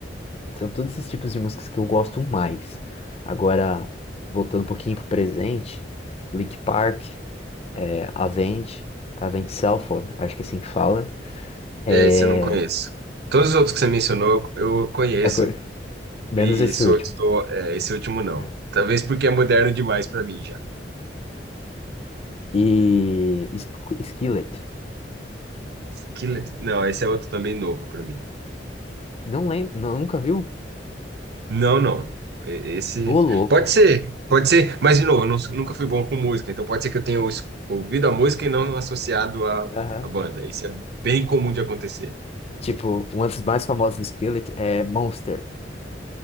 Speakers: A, on the left (about 35°); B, on the right (about 60°).
A: São todos esses tipos de músicas que eu gosto mais. Agora, voltando um pouquinho pro presente, Linkin Park, é, Avenged, Avenged Sevenfold, acho que é assim que fala. É,
B: É, esse eu não conheço. Todos os outros que você mencionou, eu conheço,
A: agora- menos
B: e
A: esse
B: sou,
A: último.
B: estou, é, esse último não.
A: É.
B: Talvez porque é moderno demais para mim já.
A: E Sk- Skillet.
B: Skillet, não, esse é outro também novo para mim.
A: Não lembro, não, nunca viu?
B: Não, não. E- Esse
A: Ô, louco.
B: pode ser, pode ser, mas de novo, eu não- nunca fui bom com música, então pode ser que eu tenha es- ouvido a música e não associado à
A: Aham.
B: à banda. Isso é bem comum de acontecer.
A: Tipo, uma das mais famosas do Skillet é Monster.